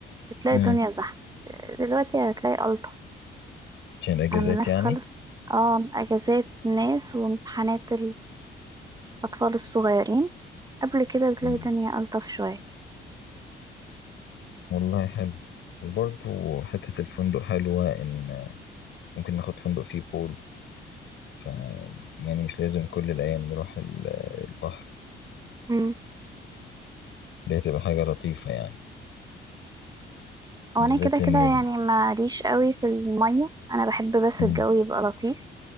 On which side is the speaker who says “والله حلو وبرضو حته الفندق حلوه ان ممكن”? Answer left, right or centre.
Left